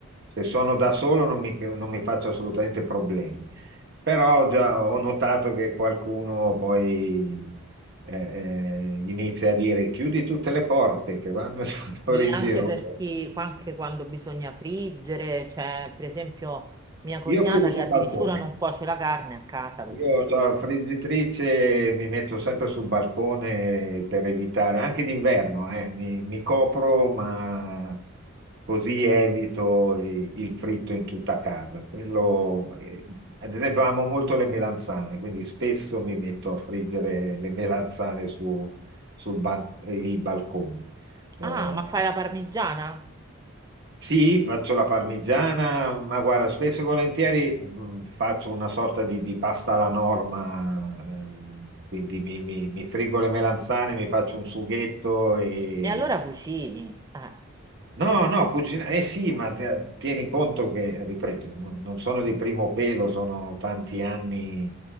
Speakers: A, on the right; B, on the right.
A: se sono da solo non mi, non mi faccio assolutamente problemi, però già ho notato che qualcuno poi eh, eh, inizia a dire chiudi tutte le porte che vanno e <laughs> sono
B: Sì,
A: in
B: anche
A: giro.
B: per chi, anche quando bisogna friggere, c'è per esempio mia cognata
A: Io frigo sul
B: che addirittura
A: balcone.
B: non cuoce la carne a casa perché
A: Io
B: dice
A: la
B: che le-
A: friggitrice mi metto sempre sul balcone per evitare, anche d'inverno, eh, mi, mi copro, ma così evito i- il fritto in tutta casa. Quello, eh, ad esempio, amo molto le melanzane, quindi spesso mi metto a friggere le melanzane su, sul ban- il balcone. Ehm,
B: Ah, ma fai la parmigiana?
A: sì, faccio la parmigiana, ma guarda, spesso e volentieri mh, faccio una sorta di, di pasta alla norma, ehm, quindi mi, mi- mi friggo le melanzane, mi faccio un sughetto e,
B: E allora cucini. Eh.
A: No, no, cucina, eh sì, ma te- tieni conto che, ripeto, non, non sono di primo pelo, sono tanti anni,